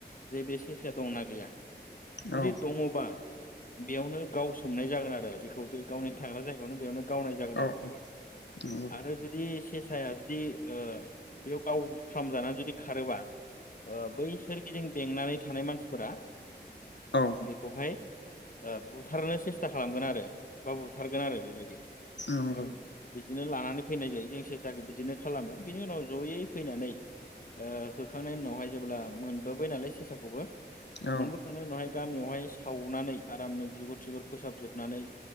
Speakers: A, on the left; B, on the left.
A: जे बे सेसाया दंना गैया जुदि
B: औ
A: दङबा बेयावनो गावसोमनाय जागोन आरो बेखौ बे गावनि थाग्रा जायगायावनो बेयावनो गावनाय जागोन
B: औ
A: आर रो बेखौहाय
B: औ नंगौ
A: आरो जुदि सेसाया जुदि ओ बेयाव गाव फ्रामजानानै जुदि खारोबा ओ बै सोरगिदिं बेंनानै थानाय मानसिफोरा
B: औ
A: बेखौहाय ओ बुथारनो सेस्था खालामगोन आरो बा बुथारगोन आरो बेबायदि
B: नंगौ
A: ओमफाय बिदिनो लानानै फैनाय जायो जों सेसाखो बिदिनो खालामो बिनि उनाव जयै फैनानै ओ होखांनायनि उनावहाय जेब्ला मोनबोबाय नालाय सेसाखौबो
B: औ
A: मोनबोखांनाय उनावहाय गामियावहाय सावनानै आरामनो बिगुर थिगुर फोसाबजोबनानै